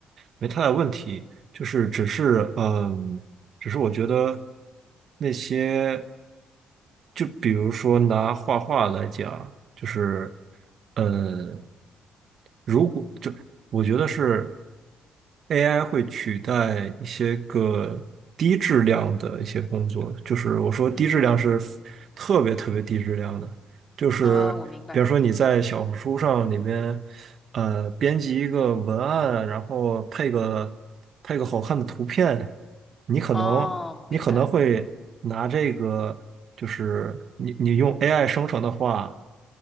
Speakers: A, on the right; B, on the left.
A: 没太大问题，就是只是嗯，只是我觉得那些，就比如说拿画画来讲，就是呃，如果就我觉得是 AI 会取代一些个低质量的一些工作，就是我说低质量是
B: 嗯嗯，
A: 特别特别低质量的。就是比如说你在小红书上里面，
B: 啊、我明白，
A: 呃，编辑一个文案，然后配个配个好看的图片，你可能你可能会拿这个，
B: 哦，明白，
A: 就是你你用 AI 生成的话，